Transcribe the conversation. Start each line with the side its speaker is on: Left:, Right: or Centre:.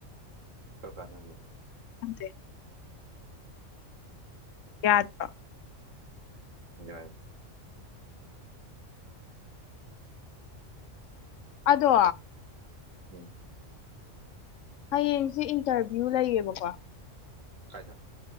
Right: ꯀꯝ ꯀꯥꯟꯗꯅꯣ ꯍꯥꯏꯁꯦ
Left: <unintelligible> ꯌꯥꯗ꯭ꯔꯣ
Right: ꯌꯥꯏ
Left: ꯑꯗꯣ
Right: ꯎꯝ
Left: ꯍꯌꯦꯡꯁꯦ ꯏꯟꯇꯔꯚꯤꯌꯨ ꯂꯩꯌꯦꯕꯀꯣ
Right: ꯀꯥꯏꯗ